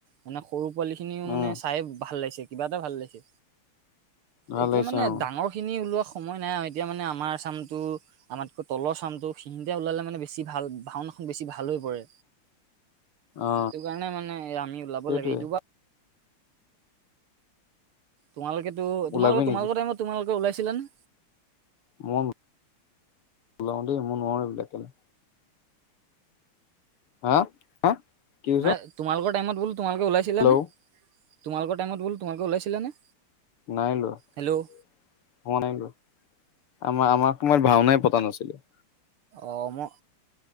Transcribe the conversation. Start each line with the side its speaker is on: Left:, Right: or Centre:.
Right: মানে সৰু পোৱালিখিনিও
Left: উম
Right: মানে চাই ভাললাগিছে কিবা এটা ভাল লাগিছে।
Left: ভাল
Right: এতিয়া
Left: লাগিছে
Right: মানে
Left: অ
Right: ডাঙৰ খিনি ওলোৱা সময় নাই আৰু এতিয়া মানে আমৰ চাম আমাতকৈ তলৰ চামটো খিনিতে ওলালে মানে বেছি ভাল ভাওনাখন বেছি ভাল হৈ পৰে।
Left: অ
Right: সেইটো কাৰণে মানে আমি ওলাব
Left: সেইটোৱে
Right: লাগে এইটো বাৰ তোমালোকেতো
Left: ওলাবি
Right: তোমালোকৰ তোমালোকৰ
Left: নেকি
Right: টাইমত তোমালোকে ওলাইছিলা নে?
Left: মই লও দেই মই নোৱাৰো এবিলাক কেলে হা হা কি কৈছ
Right: মান তোমালোকৰ টাইমত বোলো তোমালোকে ওলাইছিলা
Left: হেল্ল'
Right: নে? তোমালোকৰ টাইমত বোলো তোমালোকে ওলাইছিলা নে?
Left: নাই লোৱা
Right: হেল্ল'
Left: হোৱা নাই লোৱা আমাৰ আমাৰ তোমাৰ ভাওনাই পতা নাছিলে।
Right: অ মই